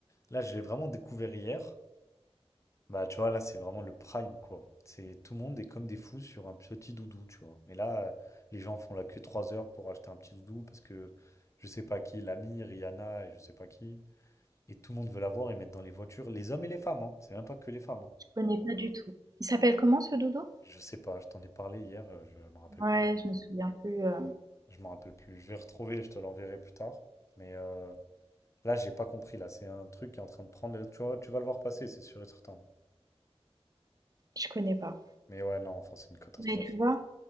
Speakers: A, on the left; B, on the right.
A: Là, je l'ai vraiment découvert hier. Bah, tu vois, là, c'est vraiment le prime, quoi. C'est tout le monde est comme des fous sur un petit doudou, tu vois. Mais là, euh, les gens font la queue 3 heures pour acheter un petit doudou parce que je sais pas qui, l'ami, Rihanna et je sais pas qui. Et tout le monde veut l'avoir et mettre dans les voitures, les hommes et les femmes, hein. C'est même pas que les femmes, hein.
B: Je connais pas du tout. Il s'appelle comment ce doudou?
A: Je sais pas, je t'en ai parlé hier, euh, je me rappelle
B: Ouais,
A: plus.
B: je me souviens plus. euh,
A: Je m'en rappelle plus. Je vais retrouver, je te l'enverrai plus tard. Mais euh, là, j'ai pas compris. Là, c'est un truc qui est en train de prendre. les- Tu vois, tu vas le voir passer, c'est sûr et certain.
B: je connais pas.
A: Mais ouais, non, enfin, c'est une catastrophe.
B: Mais tu vois,